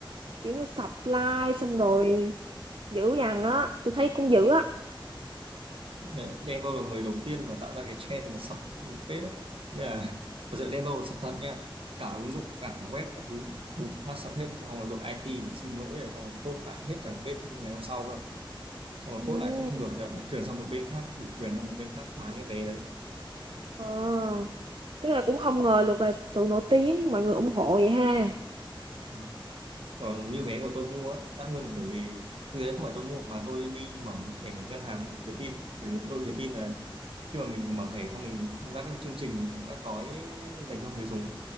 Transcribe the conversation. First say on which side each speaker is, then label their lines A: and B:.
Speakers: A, on the right (about 70°); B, on the right (about 85°).
A: kiểu như supply xong rồi dữ dằn á tôi thấy cũng dữ á
B: Đ- Denver là người đầu tiên mà tạo ra cái trend mà sập page đấy nghĩa là thật sự Denver là sập thật nha cả ứng dụng cả web các thứ bùng phát sập hết xong rồi đội IT phải xin lỗi này xong rồi code lại hết cả page ngày hôm sau cơ xong
A: ừ
B: rồi code lại cũng không được thì phải chuyển sang một bên khác ủy quyền cho một bên khác bán cái vé đấy
A: ờ tức là cũng không ngờ được là sự nổi tiếng mọi người ủng hộ vậy ha
B: Ừ. còn như vé của tôi mua á, đắt hơn là bởi vì thực tế không phải tôi mua mà tôi đi mở một cái thẻ ngân hàng của Vietin bởi vì đội Vietin là khi mà mình mở thẻ xong mình tham gia các cái chương trình các gói dành cho người dùng á,